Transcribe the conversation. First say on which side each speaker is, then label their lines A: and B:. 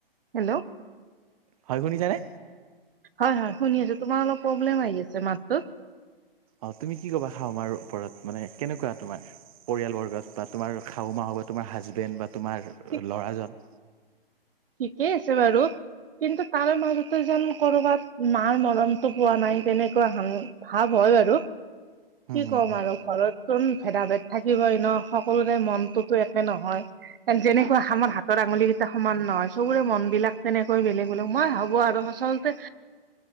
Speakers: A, on the right; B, on the right.
A: হেল্ল'।
B: হয়, শুনিছা নে।
A: হয়, হয়, শুনি আছো। তোমাৰ অলপ প্ৰব্লেম আহি আছে মাতটোত।
B: অহ' তুমি কি কবা শাহুমাৰ ওপৰত মানে কেনেকুৱা, তোমাৰ পৰিয়াল বৰ্গত বা তোমাৰ শাহুমা। হ'ব তোমাৰ হাজবেণ্ড বা তোমাৰ
A: ঠিক
B: ল'ৰাজন।
A: ঠিকেই আছে বাৰু, কিন্তু তাৰ মাজতে যেন কৰবাত মাৰ মৰমটো পোৱা নাই, তেনেকুৱা ভাৱ হয় বাৰু।
B: হুম
A: কি
B: হুম
A: কম
B: হুম
A: আৰু ঘৰত ন ভেদা-ভেদ থাকিবই ন। সকলোৰে মনটোতো একে নহয়। যেনেকুৱা আমাৰ হাতৰ আঙুলি কেইটা সমান নহয়। চবৰে মন বিলাক তেনেকৈ বেলেগ বেলেগ। মই ভাবো আৰু আচলতে